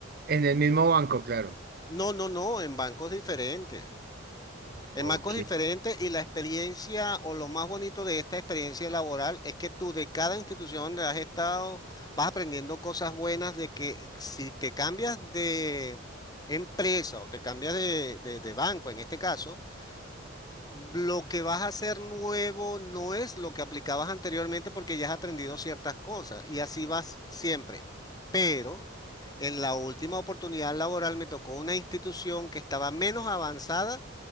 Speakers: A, on the right; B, on the left.
A: En el mismo banco, claro.
B: No, no, no, en bancos diferentes.
A: Ok.
B: En bancos diferentes y la experiencia o lo más bonito de esta experiencia laboral es que tú de cada institución donde has estado vas aprendiendo cosas buenas de que si te cambias de empresa o te cambias de, de de banco en este caso, Lo que vas a hacer nuevo no es lo que aplicabas anteriormente porque ya has aprendido ciertas cosas y así vas siempre. Pero en la última oportunidad laboral me tocó una institución que estaba menos avanzada